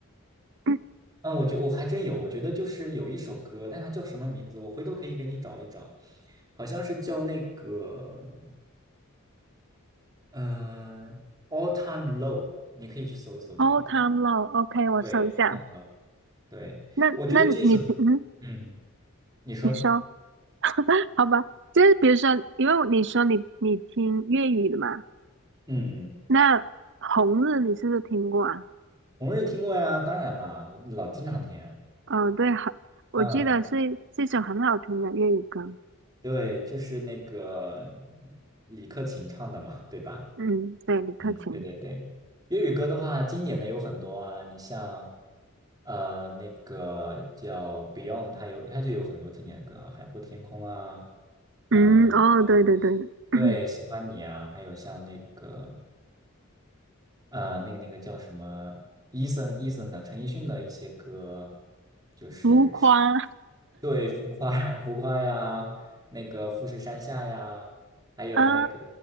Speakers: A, on the right; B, on the right.
A: 嗯
B: 嗯，我觉我还真有，我觉得就是有一首歌，但它叫什么名字，我回头可以给你找一找，好像是叫那个，嗯，All Time Low，你可以去搜一搜这个歌，
A: ，All Time Low，OK，<coughs> 我搜一下。
B: 对，All Time Low，对，
A: 那那你平嗯，
B: 我觉得这首，嗯。你说，
A: 你说 <laughs> 好吧？就是比如说，因为你说你你听粤语的嘛，
B: 嗯嗯，
A: 那《红日》你是不是听过啊？
B: 红日听过呀，当然啦，我老经常听啊
A: 嗯、对，很，我记得是是一首很好听的粤语歌。
B: 嗯，对，就是那个李克勤唱的嘛，对吧？
A: 嗯，对，李克勤。
B: 嗯，对对对。粤语歌的话，经典的有很多啊，你像呃那个叫 Beyond，它有它就有很多经典的歌啊，《海阔天空》啊，嗯、
A: 嗯，哦，
B: 然后
A: 对对对，
B: 对，
A: <clears throat>
B: 喜欢你啊，还有像那个。呃，那个那个叫什么，e Eason a s o n 的陈奕迅的一些歌，就是
A: 浮夸
B: 对浮夸 <laughs> 浮夸呀，那个富士山下呀，还有那个
A: 啊，